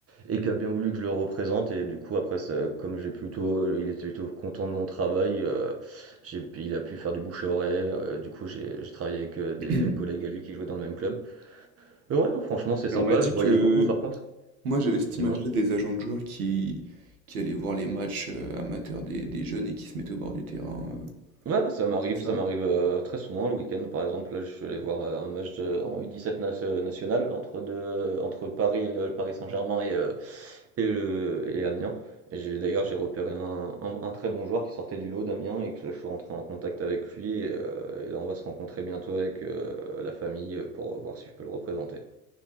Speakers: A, on the right (about 35°); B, on the right (about 85°).
A: et qui a bien voulu que je le représente. Et du coup, après, ça, comme j'ai plutôt, il était plutôt content de mon travail. euh, j'ai, il a pu faire du bouche à oreille. euh, du coup, j'ai, j'ai travaillé avec euh, des
B: <clears throat>
A: collègues à lui qui jouaient dans le même club. Mais ouais, non, franchement, c'est sympa.
B: Et on m'a dit
A: Je voyage
B: que
A: beaucoup, par contre.
B: moi, j'avais cette
A: Dis-moi.
B: image-là des agents de joueurs qui qui allaient voir les matchs, heu, amateurs des des jeunes et qui se mettaient au bord du terrain, heu,
A: Ouais, ouais, ça m'arrive,
B: c'est ça?
A: ça m'arrive, heu, très souvent le week-end. Par exemple, là, je suis allé voir, heu, un match de en U17 nas heu, national entre 2 entre Paris, heu, le Paris Saint-Germain et heu, et le et Amiens. Et j'ai d'ailleurs, j'ai repéré un un un très bon joueur qui sortait du lot d'Amiens et que là, je suis rentré en contact avec lui et heu, et là, on va se rencontrer bientôt avec, heu, la famille, heu, pour voir si je peux le représenter.